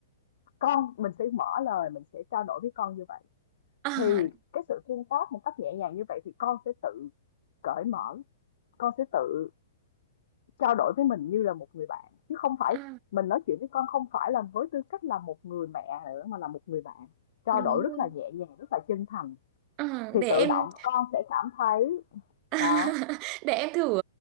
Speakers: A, on the left; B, on the right.
A: con mình sẽ mở lời, mình sẽ trao đổi với con như vậy.
B: à
A: Thì cái sự tương tác một cách nhẹ nhàng như vậy thì con sẽ tự cởi mở, con sẽ tự trao đổi với mình như là một người bạn chứ không phải
B: à
A: mình nói chuyện với con không phải là với tư cách là một người mẹ nữa mà là một người bạn. Trao
B: đúng
A: đổi rất
B: rồi
A: là nhẹ nhàng, rất là chân thành
B: à,
A: thì
B: để
A: tự
B: em
A: động con sẽ cảm thấy
B: <laughs>
A: đó.
B: để em thử